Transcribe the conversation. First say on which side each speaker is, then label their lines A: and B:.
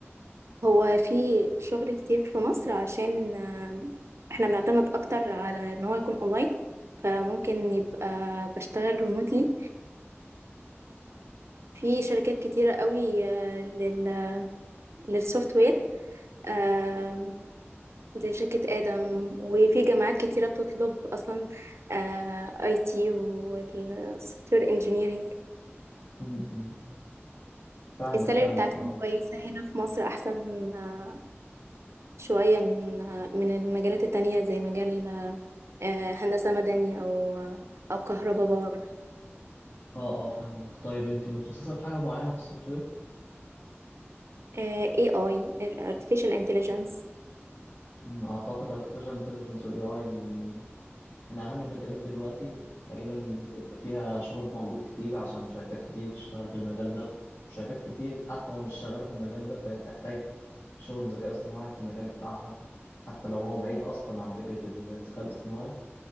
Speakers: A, on the right (about 75°); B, on the left (about 60°).
A: هو في شغل كتير في مصر عشان آه، احنا بنعتمد اكتر على ان هو يكون اونلاين فممكن يبقى بشتغل ريموتلي في شركات كتيرة قوي آه، لل للسوفت وير آه، زي شركة آدم وفي جامعات كتيرة بتطلب أصلا آه، اي تي والسوفت وير انجينيرنج
B: م- م. فاهمك
A: السالري
B: فاهمك
A: بتاعتهم
B: اه
A: كويسة هنا في مصر أحسن آه، شوية من من المجالات التانية زي مجال آه، هندسة مدني أو أو كهرباء باور
B: اه اه فاهمك طيب انت متخصصة في حاجة معينة في السوفت وير؟
A: آه، AI Artificial Intelligence
B: م، اعتقد artificial intelligence وال AI من من اهم المجالات دلوقتي تقريبا بيبقى فيها شغل موجود كتير عشان شركات كتير بتشتغل في المجال ده شركات كتير حتى لو مش شغالة في المجال ده فهي بتحتاج شغل ذكاء اصطناعي في المجال بتاعها حتى لو هو بعيد اصلا عن فكرة الذكاء الاصطناعي